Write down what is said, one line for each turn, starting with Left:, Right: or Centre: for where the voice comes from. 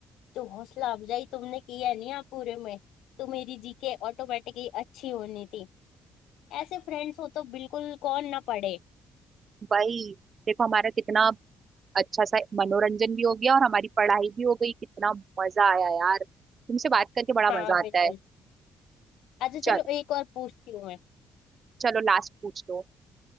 Left: जो हौसला अफजाई तुमने की है ना यहाँ पूरे में तो मेरी जीके ऑटोमेटिकली अच्छी होनी थी ऐसे फ्रेंड्स हो तो बिल्कुल कौन ना पढ़े
Right: <laughs> भाई देखो हमारा कितना अच्छा सा मनोरंजन भी हो गया और हमारी पढ़ाई भी हो गई कितना मजा आया यार तुमसे बात करके बड़ा
Left: हाँ
Right: मजा
Left: बिल्कुल
Right: आता है
Left: अच्छा
Right: चल
Left: चलो एक और पूछती हूँ मैं
Right: चलो लास्ट पूछ लो